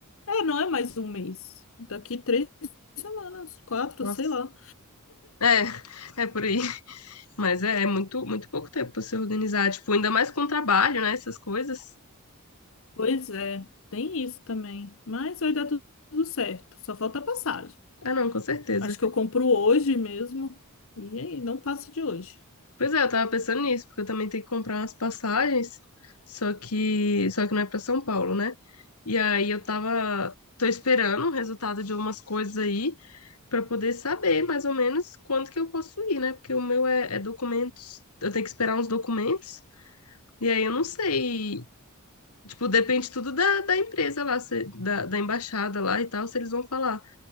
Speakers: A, on the left; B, on the left.
A: é, não é mais um mês. Daqui três semanas, quatro,
B: Nossa.
A: sei lá.
B: É, é por aí. Mas é, é muito, muito pouco tempo pra se organizar. Tipo, ainda mais com trabalho, né? Essas coisas.
A: Pois é, tem isso também. Mas vai dar tu- tudo certo. Só falta a passagem.
B: Ah, não, com certeza.
A: Acho que eu compro hoje mesmo. E é aí, não passa de hoje.
B: Pois é, eu tava pensando nisso, porque eu também tenho que comprar umas passagens. Só que, só que não é pra São Paulo, né? E aí eu tava, tô esperando o resultado de umas coisas aí. para poder saber mais ou menos quando que eu posso ir, né? Porque o meu é, é documentos, eu tenho que esperar uns documentos, e aí eu não sei. Tipo, depende tudo da, da empresa lá, se- da, da embaixada lá e tal, se eles vão falar.